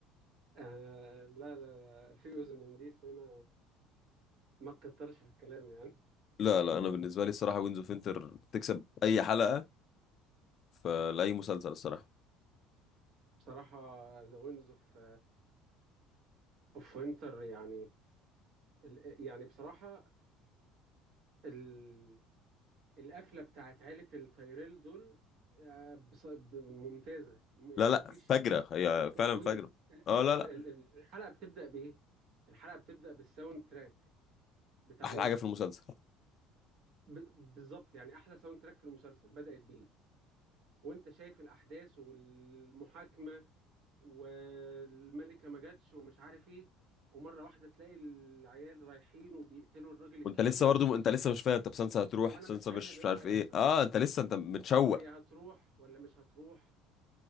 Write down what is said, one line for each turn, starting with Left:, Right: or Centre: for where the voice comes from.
Right: آه لا لا في أذن من ديس هنا ما تكترش في الكلام يعني
Left: لا لا انا بالنسبه لي الصراحه وينز اوف وينتر تكسب اي حلقه في لاي مسلسل الصراحه
Right: بصراحة ذا ويندز اوف اوف وينتر يعني ال- يعني بصراحة ال... القفلة بتاعت عيلة التايريل دول آه، بص... ب- ممتازة م- يعني
Left: لا لا
Right: مفيش
Left: فجره هي
Right: والتصوير
Left: فعلا فجره
Right: ال... أو-
Left: اه لا
Right: ال...
Left: لا
Right: ال- ال- الحلقة بتبدأ بإيه؟ الحلقة بتبدأ بالساوند تراك بتاع
Left: احلى
Right: إيه؟
Left: حاجه في المسلسل
Right: ب... بالظبط يعني أحلى ساوند تراك في المسلسل بدأت بإيه؟ وأنت شايف الأحداث والمحاكمة والملكة ما جاتش ومش عارف إيه ومرة واحدة تلاقي العيال رايحين وبيقتلوا الراجل الكبير
Left: وانت لسه برضه انت لسه مش فاهم طب سانسا هتروح
Right: وانا
Left: سانسا
Right: مش فاهم
Left: مش
Right: ايه
Left: مش
Right: اللي
Left: عارف
Right: هيحصل
Left: ايه اه انت لسه انت متشوق
Right: اه هي هتروح ولا مش هتروح